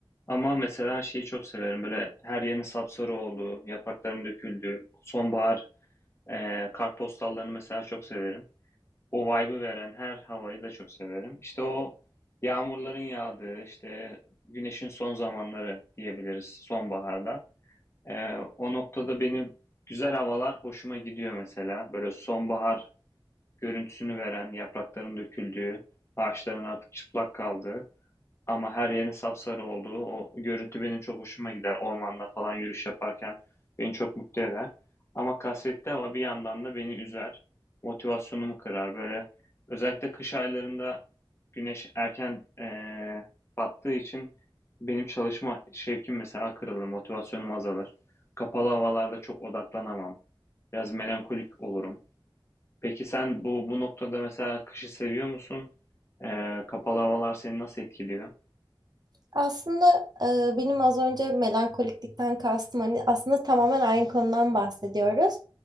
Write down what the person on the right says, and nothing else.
Aslında e, benim az önce melankoliklikten kastım hani aslında tamamen aynı konudan bahsediyoruz.